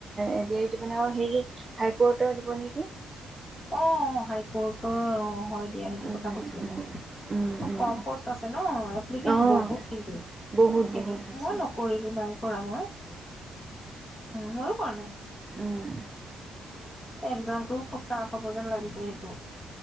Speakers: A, on the right; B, on the left.
A: এ দ দিব ন হেৰি হাই কৰ্টৰ দিব নেকি
B: অ হাই কৰ্ট অ হয় দিয়া, সেইটো
A: উম,
B: কথা কৈছিলে
A: উম,
B: ব
A: উম, উম,
B: কম পষ্ট আছে ন এপ্লিকেট
A: অ',
B: বহুত কিন্ত
A: বহুত
B: সেইটো
A: বহুত বেছি।
B: মই নকৰিলো নাই কৰা মই উ হৈয়ো পোৱা নাই।
A: উম,
B: এক্জামটোও খুব টাফ হ'ব যেন লাগিছে সেইটো।